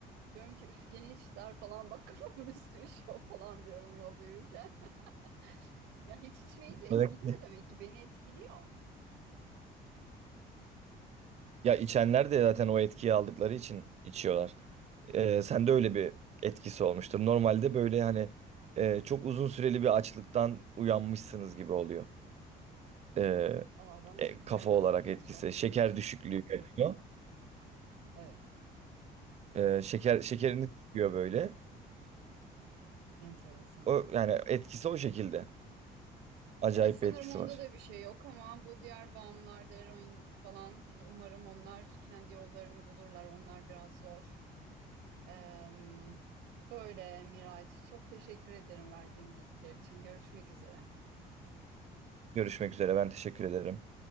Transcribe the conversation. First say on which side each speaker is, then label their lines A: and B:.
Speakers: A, on the right; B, on the right.
A: Diyorum ki üf gene içtiler falan. Bak kafamın üstü üşüyor <laughs> falan diyorum yolda yürürken. <laughs> Ya hiç içmeyince etkiliyor
B: Melek-
A: demek ki. Beni etkiliyor.
B: Ya içenler de zaten o etkiyi aldıkları için içiyorlar. Ee, sende öyle bir etkisi olmuştur. Normalde böyle hani e, çok uzun süreli bir açlıktan uyanmışsınız gibi oluyor. Ee,
A: Aa ben
B: e,
A: her
B: kafa
A: daim
B: olarak
A: aç
B: etkisi.
A: olduğum
B: Şeker
A: için.
B: düşüklüğü geliyor.
A: Evet
B: Ee, şeker şekeriniz düşüyor böyle.
A: enteresan.
B: O yani etkisi o şekilde. Acayip
A: Evet sanırım
B: bir etkisi
A: onda
B: var.
A: da bir şey yok ama bu diğer bağımlılarda eroin falan e, umarım onlar kendi yollarını bulurlar. Onlar biraz zor. Eee, böyle Miraç çok teşekkür ederim verdiğin bilgiler için. Görüşmek üzere.
B: Görüşmek üzere. Ben teşekkür ederim.